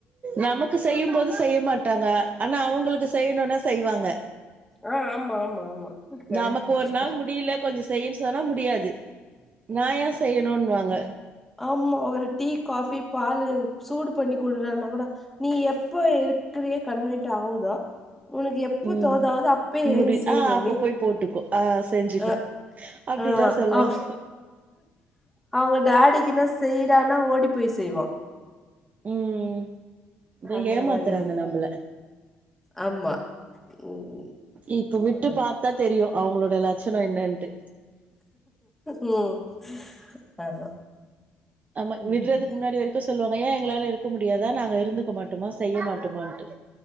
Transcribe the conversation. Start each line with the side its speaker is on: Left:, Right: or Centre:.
Right: நமக்கு செய்யும் போது செய்ய மாட்டாங்க ஆனா அவுங்குளுக்கு செய்ணுனா செய்வாங்க
Centre: ஆ, ஆமா, ஆமா, ஆமா. கரெக்ட்,
Right: நமக்கு
Centre: கரெக்ட்.
Right: ஒரு நாள் முடில கொஞ்சோ செய்யின் சொன்னா முடியாது நா ஏ செய்யணுன்வாங்க
Centre: ம்மா ஒரு டீ காஃபி பாலு சூடு பண்ணி குட்றானா கூட நீ எப்ப இருக்கிறியோ கன்வெட் ஆவுதோ உனுக்கு எப்ப
Right: ம்
Centre: தோதாவுதோ அப்பயே
Right: முடி
Centre: ஏந்து செய்
Right: ஆ
Centre: மம்மி
Right: அப்ப போய் போட்டுக்கோ ஆ செஞ்சுக்கோ
Centre: அ
Right: அப்டிதா
Centre: ஆ
Right: சொல்லுவாங்க
Centre: அ அவுங்க டாடிக்குனா செய் டானா ஓடி போய் செய்வா
Right: ம் இத
Centre: அந்த
Right: ஏமாத்துறாங்க
Centre: மாரி இருக்கு
Right: நம்ள
Centre: ஆமா ம்
Right: இப்ப விட்டு
Centre: ஆ
Right: பாத்தா தெரியு அவுங்களோட லட்சணோ என்னன்ட்டு
Centre: ம் ஆமா
Right: ஆமா
Centre: ம்
Right: விட்றதுக்கு முன்னாடி வரைக்கு சொல்வா ஏ எங்களால இருக்க முடியாதா நாங்க இருந்துக்க மாட்டம்மா செய்ய மாட்டமான்ட்டு